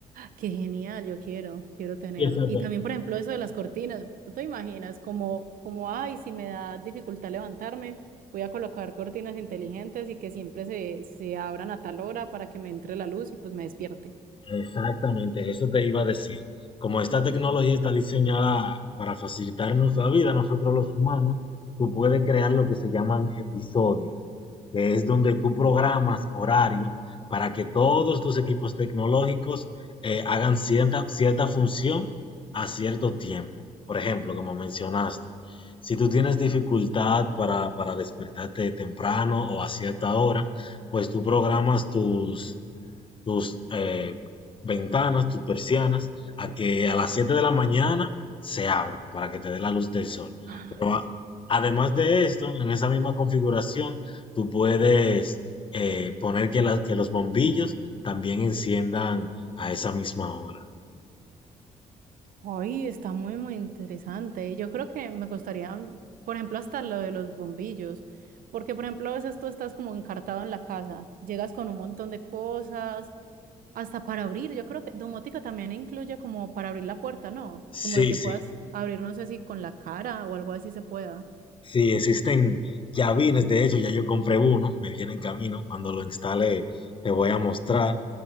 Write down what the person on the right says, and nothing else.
Qué genial, yo quiero, quiero tener.
Y también, por ejemplo, eso de las cortinas, ¿tú te imaginas como, como, ay, si me da dificultad levantarme, voy a colocar cortinas inteligentes y que siempre se, se abran a tal hora para que me entre la luz y pues me despierte?
¡Ah!
Ay, está muy, muy interesante. Yo creo que me gustaría, por ejemplo, hasta lo de los bombillos, porque, por ejemplo, a veces tú estás como encartado en la casa, llegas con un montón de cosas Hasta para abrir, yo creo que domótica también incluye como para abrir la puerta, ¿no? Como
de que
puedas abrir, no sé si con la cara o algo así se pueda.